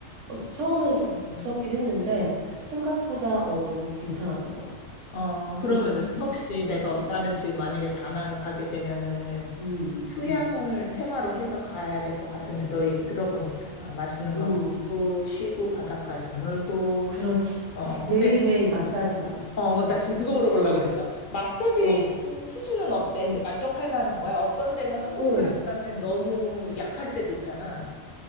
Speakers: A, on the right; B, on the left.
A: 어, 처음엔 조금 무섭긴 했는데, 생각보다 어, 너무 괜찮았던 것 같아.
B: 어,
A: 그리고,
B: 그러면은 혹시 내가,
A: 음,
B: 나는 지금 만약에 다낭을 가게 되면은
A: 음,
B: 휴양을
A: 음,
B: 테마로 해서 가야 될 것 같은데 너 얘기 들어보니까 맛있는
A: 음,
B: 거 먹고 쉬고 바닷가에서 놀고,
A: 그렇지.
B: 어, 어.
A: 매일매일
B: 근데
A: 마사지 받을 수
B: 어,
A: 있어.
B: 나 지금 그거 물어보려고
A: 어,
B: 그랬어. 마사지
A: 어,
B: 수준은 어때?
A: 음.
B: 또 만족할 만한 거야? 어떤 데는 한국
A: 어,
B: 사람들한테는 너무 약할 때도 있잖아.